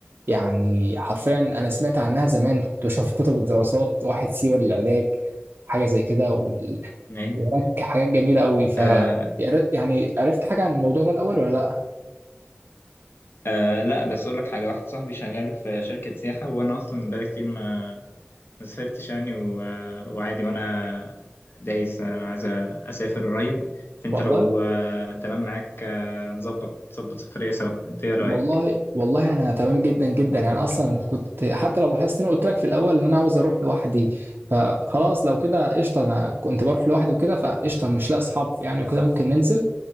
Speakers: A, on the right (about 60°); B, on the left (about 65°).
A: يعني حرفيا انا سمعت عنها زمان كنت بشوف كتب الدراسات واحد سيوة للعلاج حاجه زي كده وال-
B: أيوة
A: وهناك حاجات جميله قوي ف
B: آه
A: يا ريت- يعني عرفت حاجه عن الموضوع ده الاول ولا لا
B: آه لا بس أقول لك حاجة واحد صاحبي شغال في شركة سياحة وأنا أصلا بقالي كتير ما ما سافرتش يعني و... آه، وعادي وانا دايس انا عايز اسافر قريب فانت
A: والله
B: لو آه، تمام معاك آه، نظبط نظبط سفرية سوا انت ايه رأيك
A: والله والله انا تمام جدا جدا يعني اصلا كنت حتى لو لاحظت اني قلت لك في الاول ان انا عاوز اروح لوحدي فخلاص لو كده قشطه انا كنت بروح لوحدي وكده فقشطه مش لاقي اصحاب يعني وكده ممكن ننزل